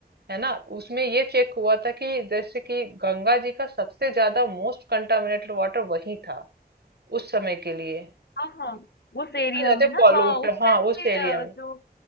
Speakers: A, on the right (about 75°); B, on the left (about 85°).
A: है ना उसमें ये चेक हुआ था कि जैसे कि गंगा जी का सबसे ज्यादा मोस्ट कंटामिनेटेड वाटर वही था उस समय के लिए
B: हाँ हाँ,
A: इत-
B: उस
A: इतना
B: एरिया
A: ज्यादा
B: में ना
A: पॉल्यूट
B: हाँ उस
A: हाँ
B: टाइम
A: उस
B: पे
A: एरिया
B: अ,
A: में
B: जो